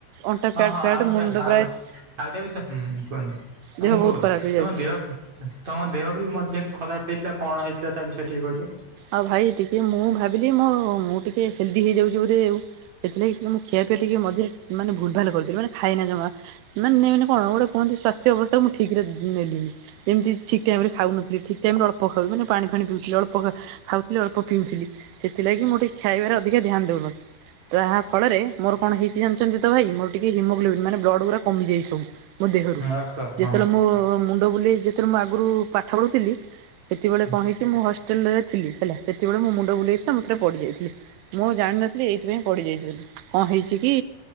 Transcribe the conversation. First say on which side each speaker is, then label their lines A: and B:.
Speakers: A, on the right; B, on the right.
A: ଅଣ୍ଟା
B: ହଁ
A: ଫ୍ୟାଟ୍
B: ହଁ
A: ଫ୍ୟାଟ୍
B: ଆଉ ତା
A: ମୁଣ୍ଡ
B: ଆଉ
A: ପ୍ରାୟ
B: ଆଉଟା ବି ତ ହୁଁ କୁହନ୍ତୁ
A: ଦେହ
B: ମୁଁ
A: ବହୁତ
B: କହୁଛି
A: ଖରାପ ହେଇଯାଉଛି।
B: ତମ ଦେହ ତମ ଦେହ ବି ମଝିରେ ଖରାପ ହେଇଥିଲା କଣ ହେଇଥିଲା ତା ବିଷୟରେ ଟିକେ କହିଲେ?
A: ଆଉ ଭାଇ ଟିକେ ମୁଁ ଭାବିଲି ମୋ ମୁଁ ଟିକେ ହେଲ୍ଦି ହେଇଯାଉଛି ବୋଧେ ଆଉ। ସେଥିଲାଗି ଟିକେ ମୁଁ ଖିଆ ପିଆ ଟିକେ ମଝିରେ ମାନେ ଭୁଲ୍ ଭାଲ୍ କରିଥିଲି ମାନେ ଖାଏନା ଜମା। ନାଁ ନାଇଁ ମାନେ କଣ ଗୋଟେ କୁହନ୍ତି ସ୍ୱାସ୍ଥ୍ୟ ଅବସ୍ଥା ମୁଁ ଠିକ୍ ରେ ନେଲିନି ଯେମିତି ଠିକ୍ ଟାଇମ ରେ ଖାଉନଥିଲ ଠିକ୍ ଯେମରେ ଅଳ୍ପ ଖାଉ ମାନେ ପାନି ଫାଣି ପିଉଥିଲି ଅଳ୍ପ ଖା ଖାଉଥିଲି ଅଳ୍ପ ପିଉଥିଲି ସେଥିଲାଗି ମୁଁ ଟିକିଏ ଖାଇବାରେ ଅଧିକା ଧ୍ୟାନ ଦେଉନଥିଲି ତାହା ଫଳରେ ମୋର କଣ ହେଇଚି ଜାଣିଛନ୍ତି ତ ଭାଇ ମୋର ଟିକେ ହିମୋଗ୍ଲୋବିନ୍ ମାନେ ବ୍ଲଡ଼ ଗୁଡା କମିଯାଇଛି ସବୁ। ମୋ ଦେହରୁ
B: ରକ୍ତ ହଁ
A: ଯେତେବେଳେ ମୋ ମୁଣ୍ଡ ବୁଲେଇ ଯେତେବେଳେ ମୁଁ ଆଗରୁ ପାଠ ପଢୁଥିଲି? ସେତେବେଳେ
B: ହଁ
A: କଣ ହେଇଛି ମୁଁ ହଷ୍ଟେଲ ରେ ଥିଲି ହେଲା ସେତେବେଳେ ମୋ ମୁଣ୍ଡ ବୁଲେଇଥିଲା ମୁଁ ଥରେ ପଡିଯାଇଥିଲି। ମୁଁ ଜାଣିନଥିଲି ଏଇଥିପାଇଁ ପଡିଯାଇଛି ବୋଲି କଣ ହେଇଛି କି